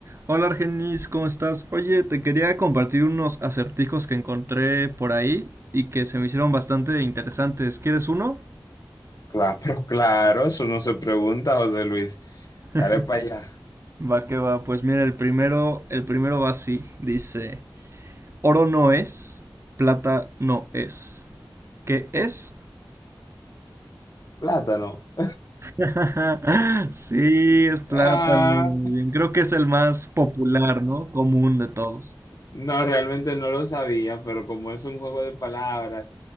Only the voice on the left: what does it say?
Claro, <laughs> claro, eso no se pregunta, José Luis.
Dale para allá.
Plátano. <laughs>
Ah.
No, realmente no lo sabía, pero como es un juego de palabras,